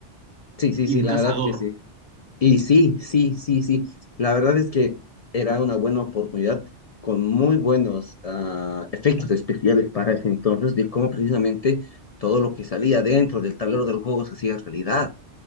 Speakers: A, on the left; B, on the right.
A: sí, sí,
B: Y
A: sí,
B: un
A: la
B: cazador.
A: verdad que sí. Y sí, sí, sí, sí. La verdad es que era una buena oportunidad con muy buenos ah, efectos especiales para ese entonces de cómo precisamente todo lo que salía dentro del tablero del juego se hacía realidad.